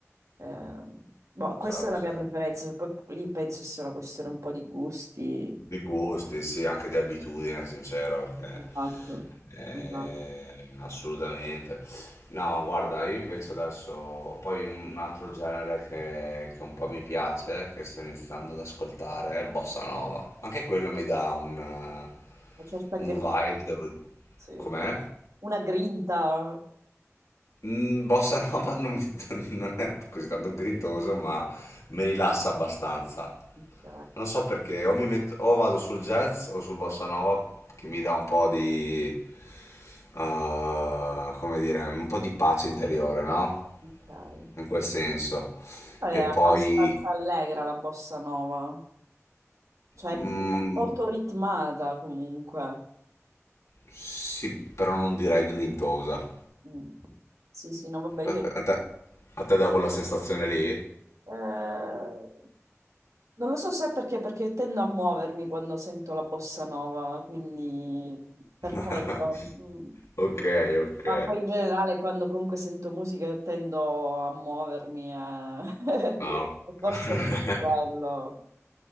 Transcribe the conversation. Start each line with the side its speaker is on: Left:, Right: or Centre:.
Right: Eh, boh, questa
Left: certo,
Right: è la
Left: certo.
Right: mia preferenza, cioè, poi lì penso sia una questione un po' di gusti.
Left: Di gusti, sì, anche di abitudine, sincero, perché,
Right: Esatto,
Left: eh,
Right: esatto.
Left: assolutamente. No, guarda, io invece adesso, poi un altro genere che, che un po' mi piace, che sto iniziando ad ascoltare, è il bossa nova. Anche quello mi dà un, eh,
Right: Una certa
Left: un
Right: grinta,
Left: vibe, devo...
Right: sì.
Left: Com'è?
Right: Una grinta.
Left: Mm, bossa <laughs> nova non, mi- <laughs> non è così tanto grintoso, ma mi rilassa abbastanza.
Right: Ok,
Left: Non so perché, o, mi metto, o vado sul jazz o sul bossa nova che mi dà un po' di, eh, come dire, un po' di pace interiore, no?
Right: ok.
Left: In quel senso.
Right: È
Left: E
Right: abbastanza
Left: poi,
Right: allegra la bossa nova, cioè
Left: mm,
Right: è molto ritmata comunque.
Left: sì, però non direi grintosa.
Right: Mm. Sì, sì, no, vabbè, io...
Left: A te, a te- a te dà quella sensazione lì?
Right: eh, Non lo so se perché, perché tendo a muovermi quando sento la bossa nova, quindi per
Left: <laughs>
Right: quello. Mm.
Left: Ok, ok.
Right: Ma poi in generale quando comunque sento musica io tendo a muovermi, eh.
Left: No.
Right: <laughs> E forse
Left: <laughs>
Right: è un po' quello.